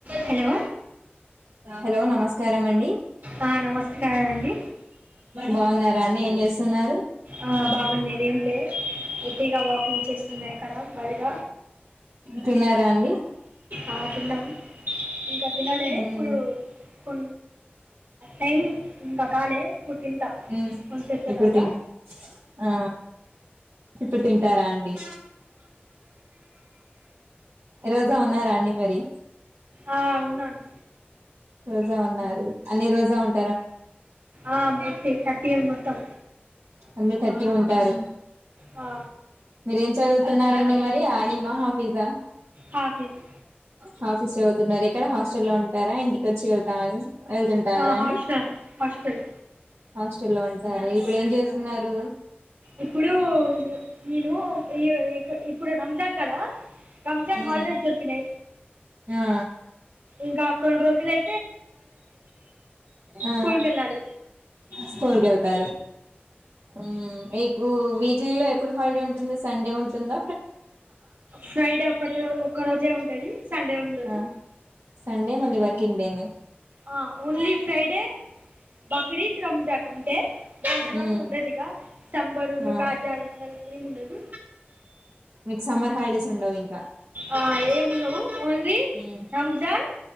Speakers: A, on the right; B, on the right.
A: హలో
B: హలో నమస్కారం అండి
A: ఆ, నమస్కారం అండి
B: బాగున్నారా అండి ఏం చేస్త ఉన్నారు
A: ఆ బాగున్నేదేం లే ఒట్టిగా వాకింగ్ చేస్తున్నాయి కదా బయట
B: తిన్నారా అండి
A: ఆ తిన్నాం ఇంకా తినాలే
B: ఉమ్
A: ఇప్పుడు కొ టైం ఇంకా కాలే <unintelligible> ఇప్పుడు తింటా
B: ఉమ్
A: కొంసేపు తరువాత
B: ఇప్పుడు తిన్ ఆ ఇప్పటిం <inaudible> ఇంటారా అండి ఈ రోజు ఉన్నారాండి మరి
A: ఆ ఉన్నాండి
B: రోజా ఉన్నారు అన్ని రోజా ఉంటా
A: ఆ బటి తట్టల్ మొత్తం
B: అందరు థర్టీ ఉంటారు
A: ఆ,
B: మీరేం చల్ న్నారండి మరి అలీ మహాఫిజా
A: హాఫీజ్
B: హాఫీస్ అవుతున్నారు ఇక్కడ హస్టల్లో లో ఉంటారా చ్చి వెళ్తాం వెళ్తుంటారా
A: ఆ,
B: అండి
A: హాస్టల్ హాస్టల్
B: అ చల్ అ సరే ఇప్పుడు ఏం చేస్తున్నారు
A: ఇప్పుడు నేను ఈ ఇ ఇప్పుడు రంజాన్ క్కడ రంజాన్
B: ఉమ్
A: హాలడేస్ దొరికినై
B: ఆ
A: ఇంకా కొన్ని రోజు లై
B: ఆ
A: స్కూల్కి వెళ్ళాలి
B: స్కూల్కి వెళ్తారు మ్ ఎ ఉ వీక్లీ లో ఎప్పుడు హాలిడే ఉంటుంది సండే ఉంటుంద
A: ఫ్రైడే ఒకటి ర ఒక్క రోజే ఉంటది సండే ఉండదు
B: ఆ సండే మళ్ళీ వర్కింగ్ డే నే
A: ఆ ఓన్లీ ఫ్రైడే బకర త్రా జ బెండకాట
B: ఉమ్
A: ఉండదిగా సంబరూర్
B: ఆ
A: గాజ్యావసం ఇము ఉండదు
B: మీకు సమ్మర్ హాలిడేస్ ఉండవు ఇంకా
A: ఆ ఏమున్నావవు ఓన్లీ
B: ఉమ్
A: రంజాన్